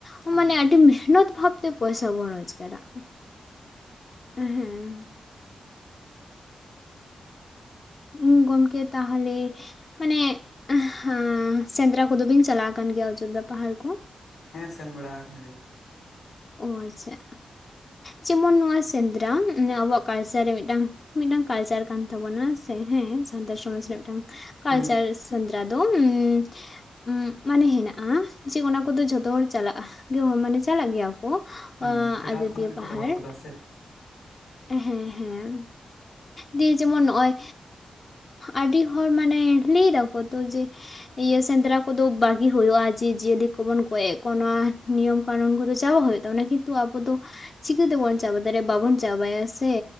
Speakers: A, on the left; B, on the left.
A: ᱚᱻ
B: ᱦᱩᱸ
A: ᱢᱟᱱᱮ ᱟᱹᱰᱤ ᱢᱮᱦᱱᱚᱛ ᱵᱷᱟᱵᱽᱼᱼ ᱛᱮ ᱯᱚᱭᱥᱟ ᱵᱚᱱ ᱨᱳᱡᱽᱠᱟᱨᱼᱟ᱾ ᱦᱩᱸ ᱦᱩᱸ ᱜᱚᱢᱠᱮ ᱛᱟᱦᱞᱮ ᱢᱟᱱᱮ ᱟᱸ ᱦᱟᱸ ᱥᱮᱸᱫᱽᱨᱟ ᱠᱚᱫᱚ ᱵᱤᱱ ᱪᱟᱞᱟᱣ ᱠᱟᱱ ᱜᱮᱭᱟ ᱚᱡᱚᱫᱫᱷᱟ ᱯᱟᱦᱟᱲ ᱠᱚ?
B: ᱦᱮᱸ ᱥᱮᱱ ᱵᱟᱲᱟ ᱠᱟᱱᱟᱞᱤᱧ᱾
A: ᱚ ᱟᱪᱪᱷᱟ ᱡᱮᱢᱚᱱ ᱱᱚᱣᱟ ᱥᱮᱸᱫᱽᱨᱟ ᱟᱵᱚᱣᱟᱜ ᱠᱟᱞᱪᱟᱨ ᱨᱮ ᱢᱤᱫᱴᱟᱝ ᱢᱤᱫᱴᱟᱝ ᱠᱟᱞᱪᱟᱨ ᱠᱟᱱ ᱛᱟᱵᱚᱱᱟ ᱥᱮ ᱦᱮᱸ ᱥᱟᱱᱛᱟᱲ ᱥᱚᱢᱟᱡᱽ ᱨᱮ ᱢᱤᱫᱴᱟᱝ ᱠᱟᱞᱪᱟᱨ᱾
B: ᱦᱩᱸ
A: ᱥᱮᱱᱫᱨᱟ ᱫᱚ ᱩᱸᱻ ᱩᱸ ᱢᱟᱱᱮ ᱦᱮᱱᱟᱜᱼᱟ ᱡᱮ ᱚᱱᱟ ᱠᱚᱫᱚ ᱡᱷᱚᱛᱚ ᱦᱚᱲ ᱪᱟᱞᱟᱜᱼᱟ ᱜᱮ ᱢᱟᱱᱮ ᱪᱟᱞᱟᱜ ᱜᱮᱭᱟᱢ ᱠᱚ
B: ᱦᱩᱸ
A: ᱟᱸ
B: ᱯᱷᱮᱰᱟᱛ
A: ᱟᱡᱚᱫᱤᱭᱟᱹ
B: ᱠᱷᱚᱱᱟᱜ ᱜᱮᱠᱚ
A: ᱯᱟᱦᱟᱲ᱾
B: ᱫᱚᱦᱚ ᱟᱠᱟᱫᱟ ᱥᱮ
A: ᱦᱮᱸ ᱦᱮᱸ ᱫᱤᱭᱮ ᱡᱮᱢᱚᱱ ᱱᱚᱜᱼᱚᱭ ᱟᱹᱰᱤ ᱦᱚᱲ ᱢᱟᱱᱮ ᱞᱟᱹᱭ ᱫᱟᱠᱚ ᱛᱚ ᱡᱮ ᱤᱭᱟᱹ ᱥᱮᱸᱫᱽᱨᱟ ᱠᱚᱫᱚ ᱵᱟᱜᱤ ᱦᱩᱭᱩᱜᱼᱟ ᱡᱤ ᱡᱤᱭᱟᱹᱞᱤ ᱠᱚᱵᱚᱱ ᱜᱚᱡ ᱮᱫ ᱠᱚᱣᱟ ᱱᱚᱣᱟ ᱱᱤᱭᱚᱢ ᱠᱟᱱᱩᱱ ᱠᱚᱫᱚ ᱪᱟᱵᱟ ᱦᱩᱭᱩᱜ ᱛᱟᱵᱚᱱᱟ ᱠᱤᱱᱛᱩ ᱟᱵᱚ ᱫᱚ ᱪᱤᱠᱟᱹ ᱛᱮᱵᱚᱱ ᱪᱟᱵᱟ ᱫᱟᱲᱮᱭᱟᱜᱼᱟ ᱵᱟᱵᱚᱱ ᱪᱟᱵᱟᱭᱟ ᱥᱮ᱾